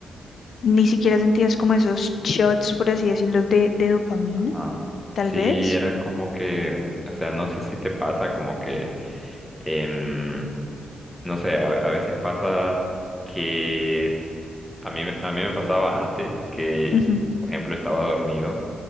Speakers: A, on the left; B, in the centre.
A: ni siquiera sentías como esos shots, por así decirlo, de, de dopamina,
B: Ajá.
A: tal
B: Sí,
A: vez.
B: era como que, o sea, no sé si te pasa como que, em, no sé, a, a veces pasa que a mí, me- a mí me pasaba antes que,
A: Ujú.
B: por ejemplo, estaba dormido